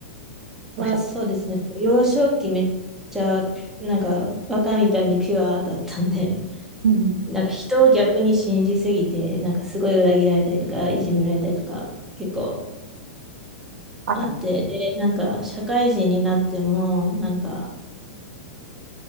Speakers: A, on the right; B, in the centre.
A: おっしゃった。
B: まあそうですね。幼少期めっちゃピュ、なんかバカみたいにピュアだったんで、<laughs>
A: うんうん。
B: なんか人を逆に信じすぎて、なんかすごい裏切られたりとか、いじめられたりとか結構
A: あったね。
B: あって、で、なんか社会人になっても、なんか